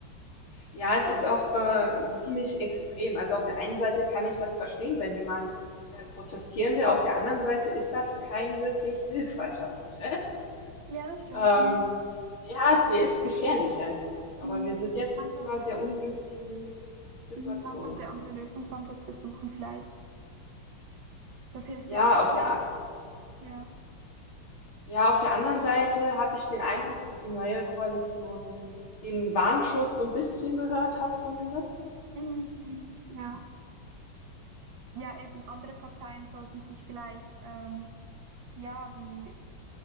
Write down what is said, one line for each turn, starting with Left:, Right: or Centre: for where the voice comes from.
Left: ja, es ist auch äh, ziemlich extrem. Also auf der einen Seite kann ich das verstehen, wenn jemand äh, protestieren will. Auf der anderen Seite ist das kein wirklich hilfreicher Protest.
Right: Ja, das stimmt.
Left: Ähm,
Right: Mhm.
Left: ja, der ist gefährlich einfach. Aber
Right: Mhm.
Left: wir sind jetzt
Right: Man
Left: in so
Right: sollte,
Left: einer sehr ungünstigen Situation.
Right: mhm. man sollte andere Lösungsansätze suchen vielleicht. Das hilft
Left: Ja,
Right: ja auch
Left: auf der,
Right: nicht. Ja.
Left: Ja, auf der anderen Seite habe ich den Eindruck, dass die neue Koalition den Warnschuss so ein bisschen gehört hat zumindest.
Right: Mhm. Mhm. Ja. Ja, eben andere Parteien sollten sich vielleicht ähm, ja wie